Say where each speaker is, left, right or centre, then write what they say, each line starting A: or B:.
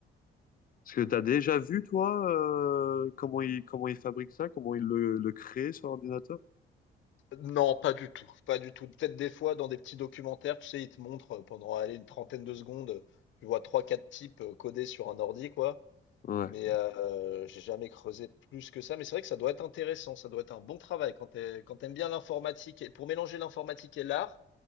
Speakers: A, on the left (about 45°); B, on the left (about 70°).
A: Parce que tu as déjà vu, toi, euh, comment il, comment il fabrique ça, comment il le, le crée sur ordinateur?
B: Non, pas du tout, pas du tout. Peut-être des fois dans des petits documentaires, tu sais, ils te montrent euh, pendant allez, une trentaine de secondes, euh, tu vois trois, quatre types euh, codés sur un ordi, quoi.
A: Ouais.
B: Mais euh, j'ai jamais creusé plus que ça. Mais c'est vrai que ça doit être intéressant, ça doit être un bon travail quand t'es, quand t'aimes bien l'informatique. Et pour mélanger l'informatique et l'art,